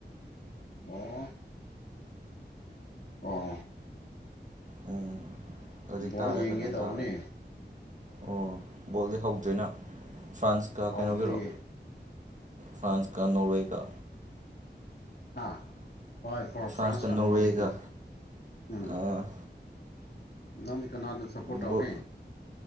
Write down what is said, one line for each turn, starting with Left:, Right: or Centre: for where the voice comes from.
Left: ꯋꯥ ꯑꯣ
Right: ꯎꯝ ꯍꯧꯖꯤꯛ
Left: ꯕꯣꯜ
Right: ꯇꯥꯔꯦ
Left: ꯌꯦꯡꯒꯦ
Right: ꯐꯖꯅ
Left: ꯇ
Right: ꯇꯥꯔꯦ
Left: ꯑꯅꯦ
Right: ꯑꯣ ꯕꯣꯜꯗꯤ ꯍꯧꯗ꯭ꯔꯤꯅ ꯐ꯭ꯔꯥꯟꯁꯀ
Left: ꯍꯧꯗ꯭ꯔꯤꯌꯦ
Right: ꯀꯩꯅꯣꯒꯤꯔꯣ ꯐ꯭ꯔꯥꯟꯁ ꯀ ꯅꯣꯔꯋꯦ ꯀ
Left: ꯑꯥ ꯍꯣꯏ ꯐꯣꯔ
Right: ꯐ꯭ꯔꯥꯟꯁꯀ
Left: ꯐ꯭ꯔꯥꯟꯁ ꯀꯅꯣꯋꯤꯗꯨ
Right: ꯅꯣꯔꯋꯦꯒ
Left: ꯎꯝ
Right: ꯑꯥ
Left: ꯂꯟꯗ ꯀꯅꯥꯗꯨ ꯁꯄꯣꯔꯠ ꯑꯧꯅꯦ
Right: ꯕ꯭ꯔꯣ